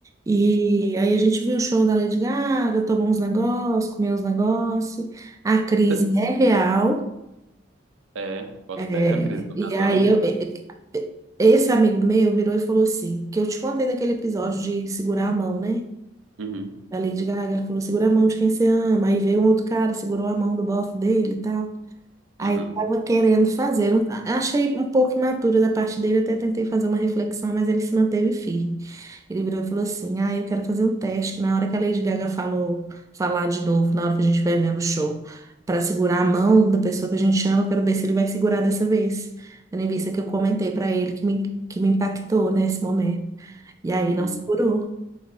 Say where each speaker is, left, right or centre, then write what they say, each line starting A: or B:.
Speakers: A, on the right; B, on the right.
A: E aí a gente viu o show da Lady Gaga, tomou uns negócios, comeu uns negócios. A crise
B: Hum.
A: é real.
B: É, boto
A: É,
B: fé, a crise do
A: e
B: casal,
A: aí
B: né?
A: eu, e- e- esse amigo meu virou e falou assim, que eu te contei daquele episódio de segurar a mão, né?
B: Uhum.
A: da Lady Gaga, ela falou, segura a mão de quem você ama. Aí veio um outro cara, segurou a mão do bofe dele e tal. Aí
B: Uhum.
A: tava querendo fazer. um- Achei um pouco imatura da parte dele, até tentei fazer uma reflexão, mas ele se manteve firme. Ele virou e falou assim: Ah, eu quero fazer um teste, que na hora que a Lady Gaga falou, falar de novo, na hora que a gente vai vendo o show, para segurar a mão da pessoa que a gente ama, eu quero ver se ele vai segurar dessa vez. Tendo em vista que eu comentei para ele que me, que me impactou nesse momento. E aí
B: Uhum.
A: não segurou.